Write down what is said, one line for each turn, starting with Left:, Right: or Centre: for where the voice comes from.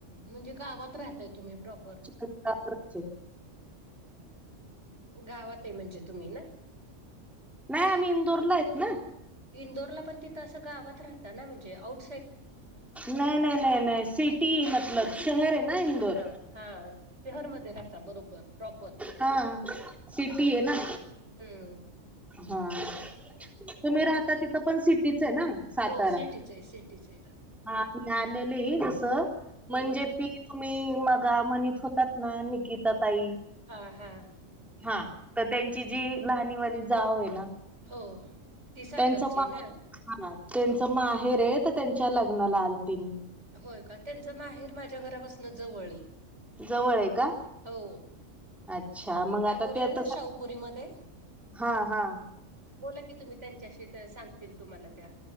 Right: म्हणजे गावात राहताय तुम्ही प्रॉपर
Centre: <unintelligible>
Right: गावातये म्हणजे तुम्ही ना
Centre: नाही आम्ही इंदोरला हाइत ना
Right: इंदोरला पण तिथं असं गावात राहत ना म्हणजे आउट
Centre: नाही नाही नाही नाही सिटी मतलब शहर हे ना इंदोर
Right: हा हा शहरमध्ये राहता बरोबर प्रॉपर.
Centre: हा सिटीये ना
Right: हम्म.
Centre: हा तुम्ही राहता तिथं पण सिटीचये ना सातारा.
Right: हो सिटीचये सिटीचये
Centre: हा तुम्ही आलेले जसं
Right: हम्म
Centre: म्हणजे ती तुम्ही मगा म्हणीत होतात ना निकीता ताई
Right: हा हा
Centre: हा तर त्यांची जी लहाणी वाली जावये ना
Right: हो ती सातारची
Centre: त्यांचं म
Right: ना.
Centre: हा त्यांच म माहेर ये तर त्यांच्या लग्नाला आलते मी
Right: होय का त्यांच माहेर माझ्या घरापासन जवळये
Centre: जवळये का
Right: हो
Centre: अच्छा मग
Right: त्या
Centre: आता
Right: बोलल्या
Centre: ते
Right: ना
Centre: त
Right: शाहूपुरीमध्ये
Centre: हा हा
Right: बोला की तुम्ही त्यांच्याशी सांगतील तुम्हाला त्या